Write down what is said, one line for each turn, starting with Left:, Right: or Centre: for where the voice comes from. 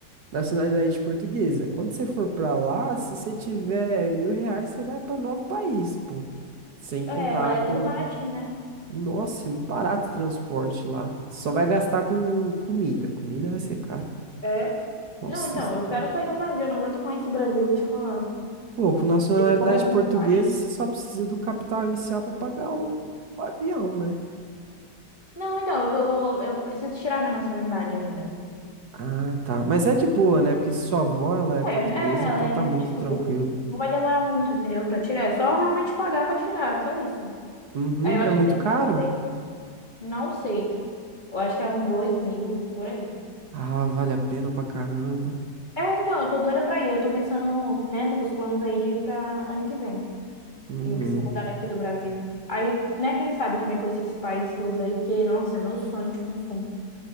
Right: nacionalidade portuguesa. Quando você for pra lá, se você tiver mil reais, você vai pra nove países, pô. Sem contar
Left: É, lá é tudo
Right: com.
Left: baratinho, né?
Right: Nossa, é muito barato o transporte lá. Só vai gastar com comida. Comida vai ser caro.
Left: É?
Right: Nossa
Left: Não, então,
Right: Senhora.
Left: eu quero sair do Brasil, eu não aguento mais esse Brasil, vou te falar.
Right: Pô, com nacionalidade
Left: A gente compra tá
Right: portuguesa,
Left: muito baixo.
Right: você só precisa do capital inicial pra pagar o o avião, né?
Left: Não, então, eu tô. Eu preciso tirar minha nacionalidade ainda.
Right: Ah, tá. Mas é de boa, né? Porque se sua avó, ela é portuguesa,
Left: É, é, ela
Right: então tá muito
Left: é tipo,
Right: tranquilo.
Left: não vai demorar muito, entendeu? Pra tirar. É só realmente pagar pra tirar, só isso.
Right: Uhum.
Left: Aí eu acho
Right: É muito
Left: que demora,
Right: caro?
Left: não sei. Não sei. Eu acho que é uns dois mil, por aí.
Right: Ah, vale a pena pra caramba.
Left: É, então, eu tô doida pra ir. Eu tô pensando, né? Tô com os planos aí de ir pra ano que vem.
Right: Uhum.
Left: e se mudaram aqui do Brasil. Aí, né, quem sabe eu também com esses países todos aí, porque, nossa, é meu sonho de consumo.